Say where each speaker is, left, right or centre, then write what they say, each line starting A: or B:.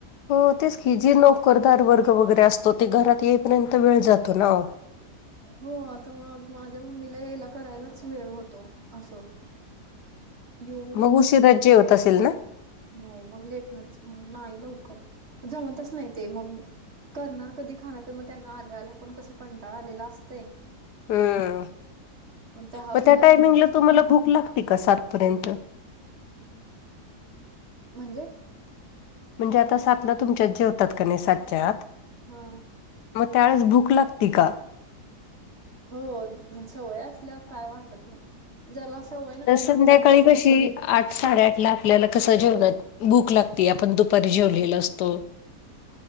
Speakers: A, on the left; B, on the right.
A: हो तेच की जी नोकरदार वर्ग वगैरे असतो ते घरात येईपर्यंत वेळ जातो ना ओ.
B: हो आता मग माझ्या मम्मीला यायला करायलाच वेळ होतो असं येऊन
A: मग
B: कधी
A: उशिराच जेवत असेल ना.
B: हो मग लेटनच मग नाही लवकर जेवतच नाही ते मग करणार कधी, खाणार का मग त्यांना आल्या आल्या पण कस कंटाळ आलेला असतय
A: हम्म
B: चहा
A: मग
B: पिला
A: त्या टायमिंगला
B: की
A: तुम्हाला भूक लागते का सातपर्यंत.
B: म्हणजे?
A: म्हणजे आता सातला तुमच्यात जेवतात का नाही सातच्या आत
B: हा.
A: मग त्यावेळेस भूक लागती का.
B: हो सवय असल्यावर काय वाटत नाही ज्याला सवय नसता
A: तर संध्याकाळी
B: अचानक
A: कशी आठ साडेआठ ला आपल्याला कसं जेवणात भूक लागते आपण दुपारी जेवलेलो असतो.